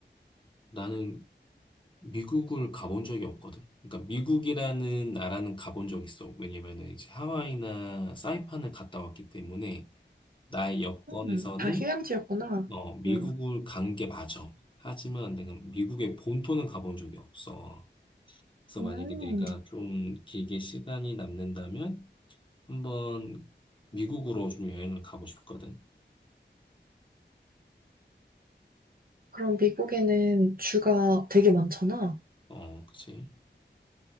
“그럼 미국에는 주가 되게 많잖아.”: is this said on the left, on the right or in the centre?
Right